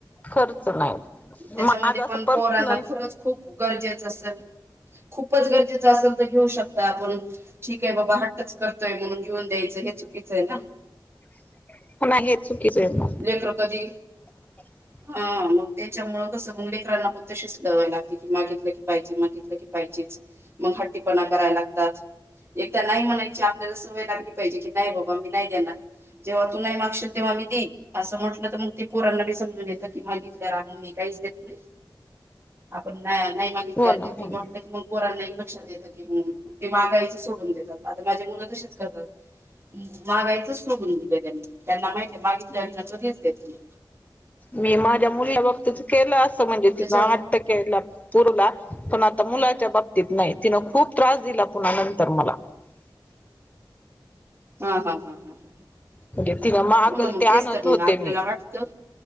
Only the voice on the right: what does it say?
त्याच्यामध्ये
पण
पोरांना खरचं खूप गरजेच असलं खूपच गरजेचं असेल तर घेऊ शकता, आपण ठीक आहे बाबा हट्टच करतोय म्हणून? घेऊन द्यायचं हे चुकीचं आहे ना?
लेकरं कधी?
हा मग त्याच्यामुळ कसं म लेकरांना पण तशीच सवय लागते, की मागितलं की पाहिजे, मागितलं की पाहिजे. मग हट्टीपणा करायला लागतात. एकदा नाही म्हणायची आपल्याला सवय लागली पाहिजे, की नाही बाबा मी नाही देणार. जेव्हा तू नाही मागशील तेव्हा मी असं म्हंटलं? तर मग ते पोरांना बी समजून येत की, मागितल्या रा मग काहीच देत नाही, आपण नाही नाही मागितली.
<unintelligible> पोरांना बी लक्षात येत. ते माहागाईच सोडून देतात. आता माझी मुलं तशीच करतात. मागायचं सोडून दिलं, त्यांना माहितीय मागितल्या वर ह्यांना कधीच देत नाही.
त्याच्या
हा हा हा ह हो,
ना मग
तेच
तर
मग आपल्याला
वाटतं.